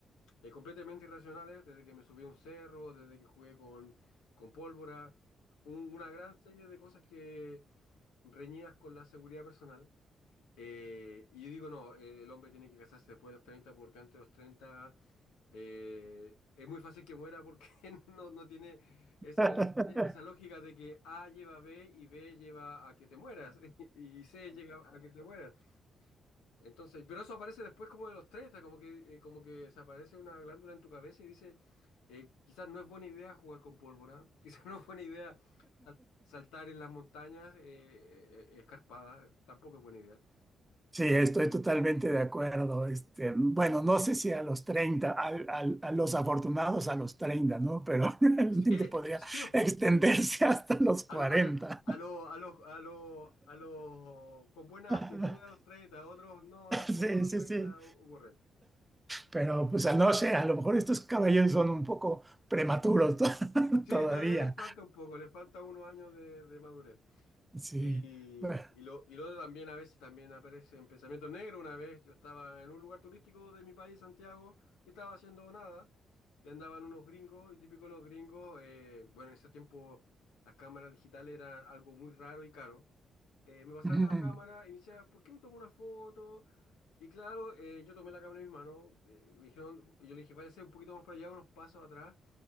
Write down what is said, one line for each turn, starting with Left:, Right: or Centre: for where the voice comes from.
Left: eh, completamente irracionales, desde que me subí a un cerro, desde que jugué con, con pólvora, un- una gran serie de cosas que reñidas con la seguridad personal. Eh, y yo digo, no, eh, el hombre tiene que casarse después de los 30 porque antes de los 30 eh, es muy fácil que muera porque <laughs> no, no tiene ese,
Right: <laughs>
Left: e- esa lógica de que A lleva a B y B lleva a que te mueras <laughs> y C llega a que te mueras. Entonces, pero eso aparece después como de los 30 como que, eh, como que se aparece una glándula en tu cabeza y dice, eh, quizás no es buena idea jugar con pólvora, <laughs> quizás no es buena idea sal- saltar en las montañas eh, eh, eh, escarpadas, tampoco es buena idea. <laughs>
Right: Sí, estoy totalmente de acuerdo. Este, bueno, no sé si a los 30, al- al- a, los afortunados a los 30, ¿no? Pero <laughs> realmente
Left: Sí,
Right: podría
Left: sí,
Right: extenderse <laughs> hasta los 40.
Left: A los a lo- a lo- a los a los a los con buena
Right: <laughs>
Left: aptitud a los 30 otros no, tampoco
Right: Sí,
Left: a los
Right: sí,
Left: 30
Right: sí.
Left: ocurre.
Right: Pero pues a no sé, a lo mejor estos caballeros son un poco prematuros to- <laughs>
Left: Sí,
Right: todavía.
Left: todavía les falta un poco, les falta unos años de, de madurez.
Right: Sí.
Left: Y,
Right: bueno,
Left: y lo, y lo otro también a veces también aparece en pensamiento negro. Una vez yo estaba en un lugar turístico de mi país, Santiago, y estaba haciendo nada. Y andaban unos gringos, y típico los gringos, eh, bueno, en ese tiempo las cámaras digitales eran algo muy raro y caro. Eh, me pasaron
Right: Ujú.
Left: una cámara y me decía, ¿por qué no tomo una foto? Y claro, eh, yo tomé la cámara en mis manos, eh, me dijeron, yo le dije, váyase un poquito más para allá, unos pasos atrás,